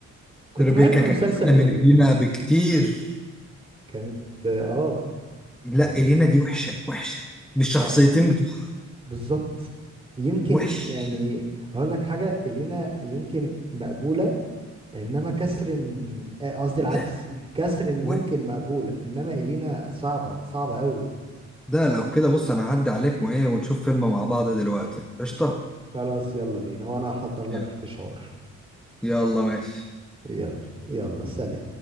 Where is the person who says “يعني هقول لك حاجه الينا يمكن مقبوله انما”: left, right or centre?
Right